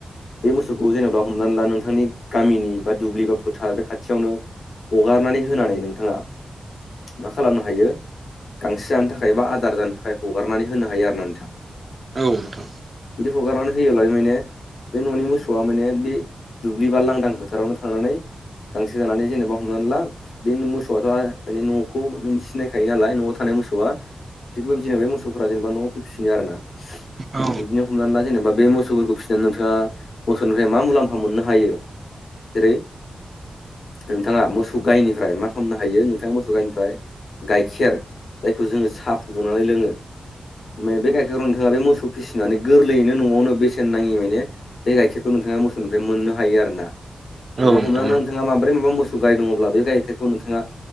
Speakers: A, on the left; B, on the right.
A: बे मोसौखौ जेनेबा हमनानै ला नोंथांनि गामिनि बा दुब्लि बा फोथार बे खाथियावनो हगारनानै होनानै नोंथाङा। मा खालामनो हायो गांसो जानो थाखाय बा आदार जानो थाखाय हगारनानै होनो हायो आरोना नोंथां।
B: औ नोंथां।
A: बिदि हगारनानै होयोब्ला बि माने बे न'नि मोसौआ माने बे दुब्लि बा लांदां फोथारावनो थांनानै गांसो जानानै जेनेबा हमनानै ला बे मोसौआथ' माने न'खौ सिनायखायो नालाय न'आव थानाय मोसौआ थिग बेदिनो बे मोसौफोरा जेनेबा न'आव फैफिनो आरोना
B: औ
A: बिदिनो हमनानै ला जेनेबा बे मोसौफोरखौ फिसि नोंथाङा मोसौनिफ्राय मा मुलाम्फा मोननो हायो जेरै नोंथाङा मोसौ गायनिफ्राय मा खालामनो हायो नोंथाङा मोसौ गाइनिफ्राय गाइखेर जायखौ जोङो साहा फुदुंनानै लोङो माने बे गाइखेरखौ नोंथाङा बे मोसौ फिसिनानै गोरलैयैनो न'आवनो बेसेन नाङि माने बे गाइखेरखौ नोंथाङा मोसौनिफ्राय मोननो हायो आरोना जेनेबा
B: औ नोंथां
A: हमना नों नोंथाङा माब्रै माबा मोसौ गाय दङब्ला बे गायखेरखौ नोंथाङा।